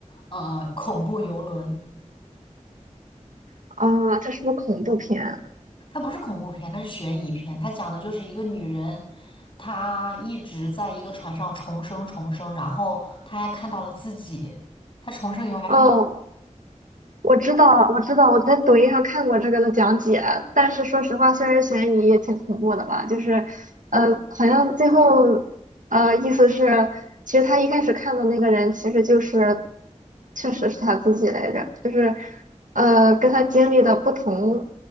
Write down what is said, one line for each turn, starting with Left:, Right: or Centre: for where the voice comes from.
Left: 呃，《恐怖游轮》。
Right: 啊、这是不是恐怖片？
Left: 它不是恐怖片，它是悬疑片。它讲的就是一个女人，她一直在一个船上重生重生，然后她还看到了自己，她重生以后还看到，
Right: 哦。我知道，我知道，我在抖音上看过这个的讲解，但是说实话，虽然悬疑也挺恐怖的吧，就是，呃，好像最后，呃，意思是，其实他一开始看的那个人，其实就是，确实是他自己来着，就是，呃，跟他经历的不同，